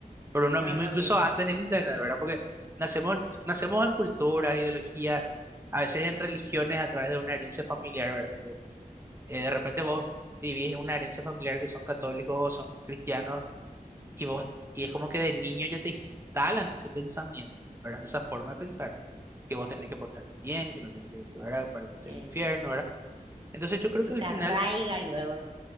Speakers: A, on the right; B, on the right.
A: por uno
B: pero
A: mismo,
B: no
A: incluso
B: mismo.
A: antes del internet,
B: Eh,
A: ¿verdad? Porque nacemos, nacemos en culturas, ideologías, a veces en religiones a través de una herencia familiar, ¿verdad? Porque eh, de repente
B: eh,
A: vos vivís una herencia familiar que son católicos o son cristianos y vos, y es como que de niño ya te instalan ese pensamiento, ¿verdad? Esa forma de pensar, que vos tenés que portarte bien, que no tenés que irte, ¿verdad? Para irte
B: eh.
A: al infierno, ¿verdad? Entonces yo creo
B: Y
A: que al
B: se
A: final
B: arraiga luego, ¿no?